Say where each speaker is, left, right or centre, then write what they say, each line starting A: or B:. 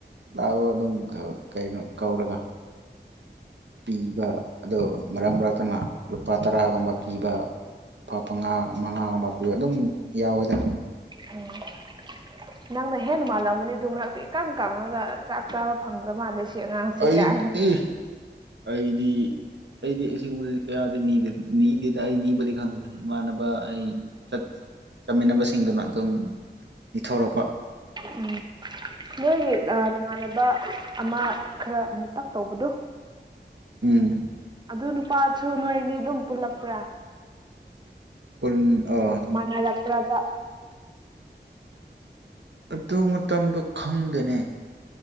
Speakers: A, on the right; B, on the right.
A: ꯂꯥꯛꯑꯣ ꯑꯗꯨꯝ ꯀꯣ ꯀꯧꯔꯒ ꯄꯤꯕ ꯑꯗꯣ ꯃꯔꯛ ꯃꯔꯛꯇꯅ ꯂꯨꯄꯥ ꯇꯔꯥꯒꯨꯝꯕ ꯄꯤꯕ ꯄꯥꯄꯥꯉꯥ ꯃꯉꯥꯒꯨꯝꯕ ꯄꯤꯕ ꯑꯗꯨꯝ ꯌꯥꯎꯋꯦꯗ
B: <unintelligible> ꯅꯪꯅ ꯍꯦꯟꯅ ꯃꯥꯜꯂꯝꯒꯅꯤ ꯑꯗꯨ ꯃꯔꯛꯇ ꯏꯀꯪ ꯀꯪꯉꯒ ꯆꯥꯛ ꯆꯥꯕ ꯐꯪꯗ꯭ꯔ ꯃꯥꯜꯂꯦ ꯁꯤ ꯑꯉꯥꯡꯁꯦ
A: ꯑꯩꯗꯤ
B: ꯀꯥꯢꯅ
A: ꯑꯩꯗꯤ ꯑꯩꯗꯤ ꯑꯁꯤꯒꯨꯝꯕ ꯀꯌꯥꯗꯤ ꯅꯤꯗꯦꯗ ꯑꯩ ꯅꯤꯕꯗꯤ ꯈꯪꯗꯦ ꯏꯃꯥꯟꯅꯕ ꯑꯩ ꯆꯠ ꯆꯠꯃꯤꯟꯅꯕꯁꯤꯡꯗꯨꯅ ꯑꯗꯨꯝ ꯏꯊꯣꯔꯛꯄ
B: ꯎꯝ ꯅꯣꯏꯒꯤ ꯅꯃꯥꯟꯅꯕ ꯑꯃ ꯈꯔ ꯃꯨꯇꯛ ꯇꯧꯕꯗꯣ
A: ꯎꯝ
B: ꯑꯗꯨ ꯅꯨꯄꯥꯁꯨ ꯅꯣꯏ ꯑꯅꯤ ꯑꯗꯨꯝ ꯄꯨꯜꯂꯛꯄ꯭ꯔꯥ
A: ꯄꯨꯜ ꯑꯣ
B: ꯃꯥꯟꯅꯔꯛꯄ꯭ꯔꯕ
A: ꯑꯗꯨ ꯃꯇꯝꯗꯣ ꯈꯪꯗꯅꯦ